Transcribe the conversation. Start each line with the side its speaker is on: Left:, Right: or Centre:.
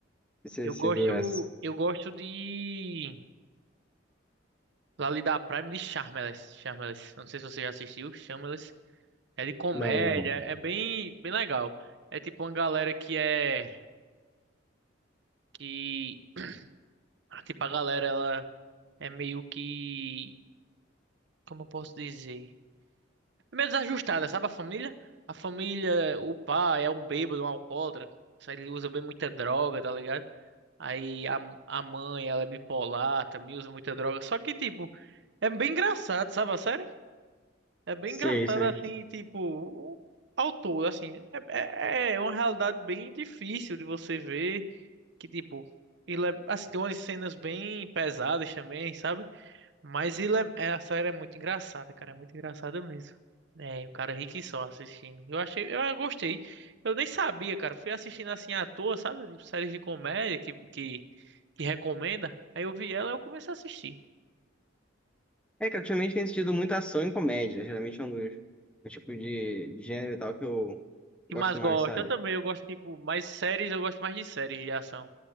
Centre: Você,
Right: Eu
Centre: você
Right: gosto.
Centre: viu essa?
Right: Eu gosto de. Lá ali da Prime de Shameless. Shameless. eu Não sei se você já assistiu. Shameless. É de comédia.
Centre: Não, não.
Right: É bem, bem legal. É tipo uma galera que é. Que. ah, Tipo, a galera, ela. é meio que, como eu posso dizer? É meio desajustada, sabe a família? A família, o pai é um bêbado, um alcoólatra, só ele usa bem muita droga, tá ligado? Aí a, a mãe, ela é bipolar, também usa muita droga. Só que, tipo, é bem engraçado, sabe a série? É bem
Centre: Sei,
Right: engraçado,
Centre: sei.
Right: assim, tipo, ao todo, assim. É, é é uma realidade bem difícil de você ver, que, tipo, ele é- assim, tem umas cenas bem pesadas também, sabe? Mas ele é- é- a série é muito engraçada, cara. É muito engraçada mesmo. É, o cara é rico e só assistindo. Eu achei, eu gostei. Eu nem sabia, cara. Fui assistindo assim à toa, sabe? de Séries de comédia que, que, que recomenda. Aí eu vi ela e eu comecei a assistir.
Centre: É que ultimamente tem assistido muita ação e comédia, geralmente é um dos, o tipo de, de gênero e tal que eu
Right: O que
Centre: gosto
Right: mais gosto?
Centre: mais, sabe?
Right: Eu também, eu gosto, tipo, mais séries, eu gosto mais de séries de ação.